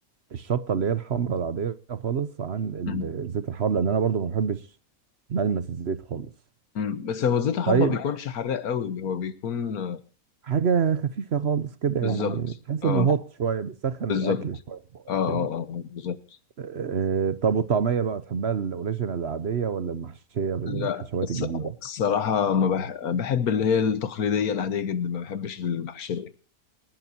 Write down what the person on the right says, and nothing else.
الشطه اللي هي الحمراء العاديه خالص عن ال-
الزيت الحار لان انا برضو ما بحبش ملمس الزيت خالص
طيب
حاجه خفيفه خالص كده
يعني تحس
انه هوت شويه بيسخن
الاكل شويه في بقك
كده
آه، طب والطعميه بقى تحبها الاوريجينال العاديه ولا المحشيه بالحشوات
الجديده